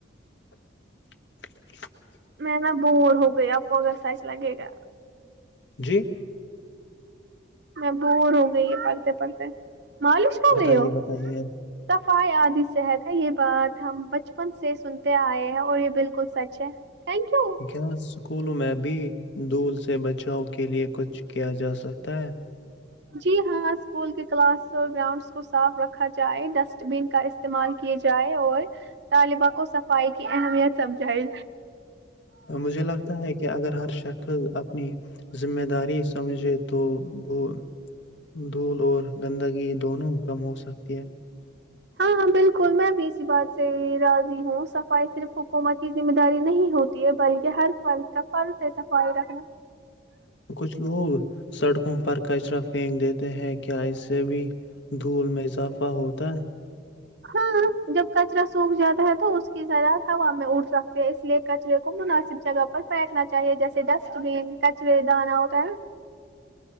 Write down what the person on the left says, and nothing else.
<unintelligible>
جی <unintelligible>
بتائیے
بتائیے
کیا اسکولوں میں ابھی دول سے بچاؤ کے لیے کچھ کیا جا سکتا ہے
مجھے لگتا ہے کہ اگر ہر شخص اپنی ذمہ داری سمجھے تو وہ دھول اور گندگی دونوں کم ہو سکتی ہے
کچھ لوگ سڑکوں پر کچرا پھینک دیتے ہیں کیا اس سے بھی دھول میں اضافہ ہوتا